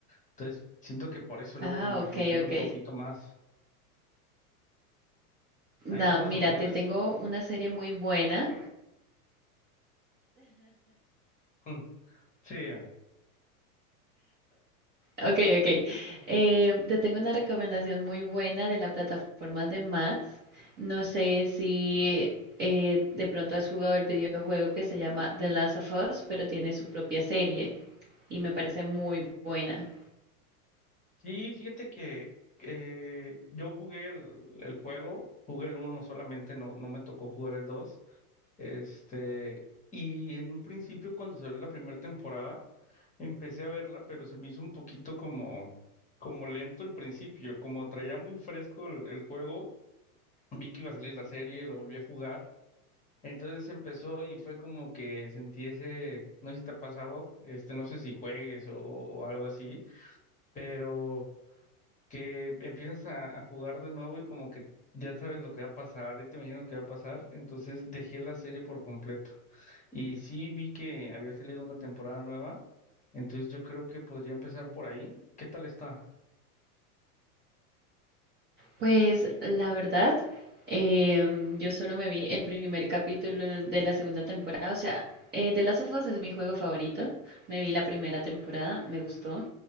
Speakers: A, on the left; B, on the right.
A: Entonces, siento que por eso luego
B: Ah,
A: se me
B: ok,
A: complica
B: ok.
A: un poquito más. ¿Hay
B: No,
A: tantas
B: mira,
A: opciones?
B: te tengo una serie muy buena.
A: Mm, Sí, dime.
B: Ok, ok. Eh, te tengo una recomendación muy buena de la plataforma de Mats. No sé si eh, de pronto has jugado el videojuego que se llama The Last of Us, pero tiene su propia serie y me parece muy buena.
A: Sí, fíjate que eh, yo jugué el, el juego, jugué el uno solamente, no, no me tocó jugar el dos. Este, y en un principio, cuando salió la primera temporada, Empecé a verla, pero se me hizo un poquito como, como lento al principio, como traía muy fresco el, el juego, vi que iba a salir la serie, lo volví a jugar, entonces empezó y fue como que sentí ese, no sé si te ha pasado, este, no sé si juegues o, o- o algo así, pero que empiezas a, a jugar de nuevo y como que ya sabes lo que va a pasar, ya te imaginas lo que va a pasar, entonces dejé la serie por completo. Y sí vi que había salido una temporada nueva. Entonces yo creo que podría empezar por ahí. ¿Qué tal está?
B: Pues la verdad, em, yo solo me vi el primer capítulo de la segunda temporada, o sea, eh, The Last of Us es mi juego favorito, me vi la primera temporada, me gustó,